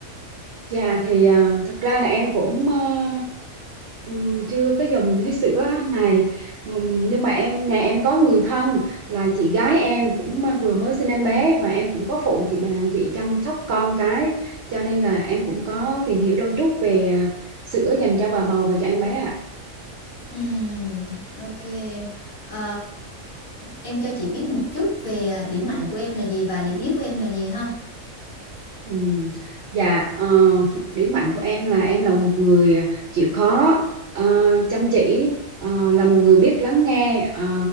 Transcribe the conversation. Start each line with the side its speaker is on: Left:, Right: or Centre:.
Right: Dạ thì à, thật ra là em cũng ờ, ừm, chưa có dùng cái sữa này Ừm, nhưng mà em nhà em có người thân là chị gái em cũng à, vừa mới sinh em bé và em cũng có phụ chị bà chị chăm sóc con cái cho nên là em cũng có tìm hiểu đôi chút về à, sữa dành cho bà bầu và cho em bé ạ
Left: Ừm, ok em. Ờ, em cho chị biết một chút về à, điểm mạnh của em là gì và điểm yếu của em là gì ha.
Right: Ừ. Dạ, ờ, điểm mạnh của em là em là một người à, chịu khó, ờ, chăm chỉ, ờ, là một người biết lắng nghe ờ,